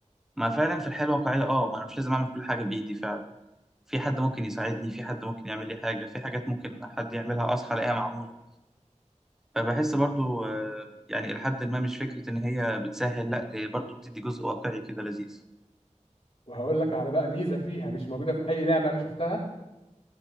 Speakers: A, in the centre; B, on the left.
A: ما فعلا في الحياة الواقعية اه ما انا مش لازم اعمل كل حاجة بايدي فعلا في حد ممكن يساعدني في حد ممكن يعمل لي حاجة في حاجات ممكن حد يعملها أصحى ألاقيها معمولة فبحس برضو آه، يعني لحد ما مش فكرة إن هي بتسهل لأ دي برضو بتدي جزء واقعي كده لذيذ
B: وهقول لك على بقى ميزة فيها مش موجودة في اي لعبة انا شفتها